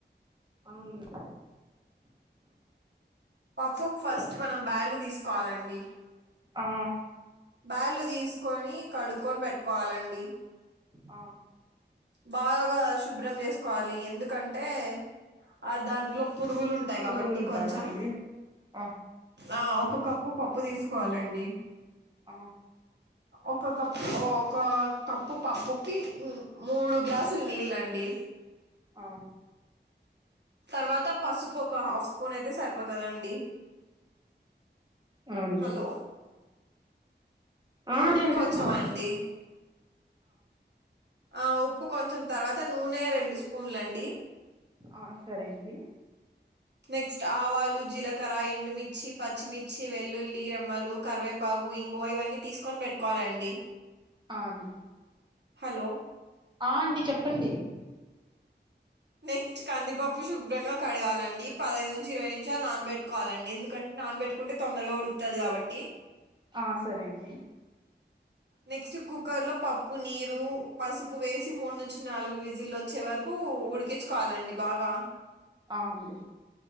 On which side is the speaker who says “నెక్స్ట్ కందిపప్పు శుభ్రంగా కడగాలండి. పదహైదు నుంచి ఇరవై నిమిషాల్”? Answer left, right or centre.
Right